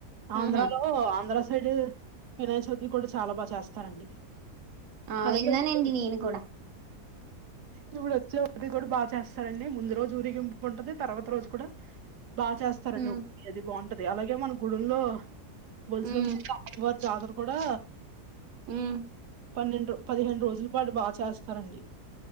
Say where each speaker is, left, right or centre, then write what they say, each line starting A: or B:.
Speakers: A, on the right; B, on the right.
A: ఆంధ్రాలో
B: మ్హు
A: ఆంధ్ర <unintelligible> వినాయక చవితిలు కూడా చాలా బా చేస్తారండి
B: ఆ
A: అలాగే
B: విన్నానండి
A: ఇప్పుడు
B: నేను కూడా
A: ఇప్పుడు వచ్చేది కూడా బా చేస్తారండి ముందు రోజు ఊరేగింపు ఉంటది తర్వాత రోజు కూడా బా చేస్తారండి
B: ఉమ్
A: <unintelligible> అది బాన్ టుద్ది అలాగే మన గుడుల్లో <unintelligible>
B: ఉమ్
A: జార కూడా
B: ఉమ్మ్
A: పన్నెండు పదిహేను రోజుల పాటు బా చేస్తారండి